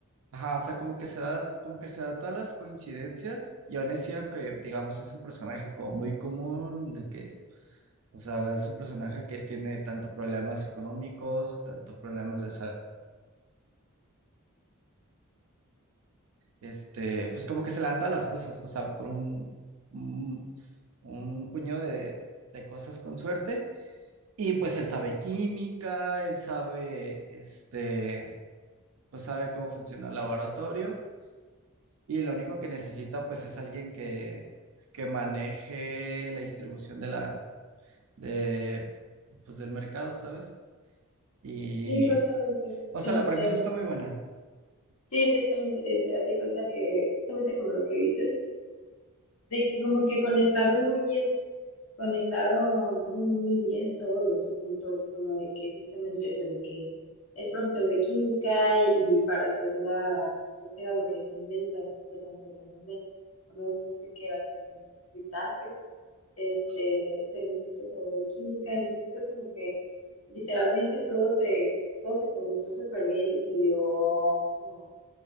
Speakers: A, on the right; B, on the left.
A: Ajá, o sea, como que se da, como que se da todas las coincidencias y aún así, aunque digamos es un personaje como muy común, de que, o sea, es un personaje que tiene tanto problemas económicos, tanto problemas de salud, este, pues como que se le dan todas las cosas, o sea, por un, un, un puñado de, de cosas con suerte y pues él sabe química, él sabe, este, pues sabe cómo funciona el laboratorio. Y lo único que necesita pues es alguien que, que maneje la distribución de la, de, pues del mercado, ¿sabes? Y,
B: Sí, justamente,
A: o sea,
B: este,
A: la premisa está muy buena.
B: sí, exactamente, este, hazte cuenta que justamente como lo que dices, de que como que conectaron muy bien Conectaron muy, muy bien todos los puntos, como de que justamente eso de que es profesor de química y, y para hacer la, creo que era lo que es cemento, metanfetamina, o no, no sé qué era exactamente, cristal, pues, este, se necesita saber de química, entonces fue como que literalmente todo se, todo se conectó súper bien y se dio, como-